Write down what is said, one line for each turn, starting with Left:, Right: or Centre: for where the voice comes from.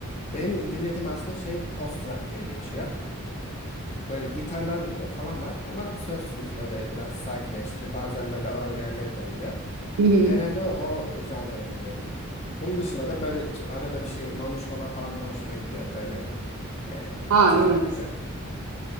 Left: Benim dinlediğim aslında şey post rock diye geçiyor. Böyle gitarlar e, falan var ama sözsüz böyle biraz sakinleştirici bazen böyle ağır yerleri de oluyor.
Right: Hı hı.
Left: Genelde o janrayı dinliyorum. Bunun dışında da böyle t- arada bir şey Manuş Baba falan da hoşuma gidiyor böyle e,
Right: Aa
Left: Türklerden.
Right: evet.